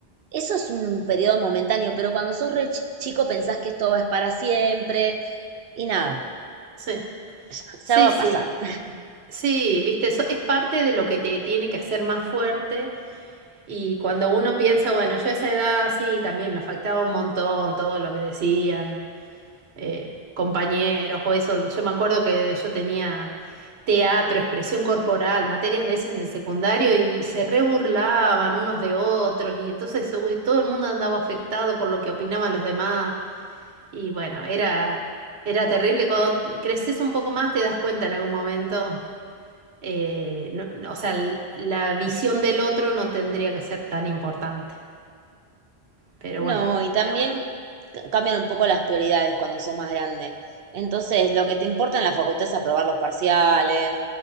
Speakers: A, on the right (about 70°); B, on the right (about 85°).
A: Eso es un periodo momentáneo, pero cuando sos re chico pensás que esto va a es para siempre y nada,
B: sí,
A: ya,
B: sí,
A: ya va a
B: sí.
A: pasar. <laughs>
B: Sí, viste, eso es parte de lo que te tiene que hacer más fuerte. Y cuando uno piensa, bueno, yo a esa edad sí, también me afectaba un montón todo lo que decían. eh, compañeros o eso. Yo me acuerdo que yo tenía teatro, expresión corporal, materias de esas en el secundario y se reburlaban unos de otros y entonces uy, todo el mundo andaba afectado por lo que opinaban los demás y bueno, era, era terrible. Cuando creces un poco más te das cuenta en algún momento. eh, no- no, o sea, l- la visión del otro no tendría que ser tan importante, pero
A: No,
B: bueno,
A: y también ca- cambian un poco las prioridades cuando sos más grande. Entonces, lo que te importa en la facultad es aprobar los parciales,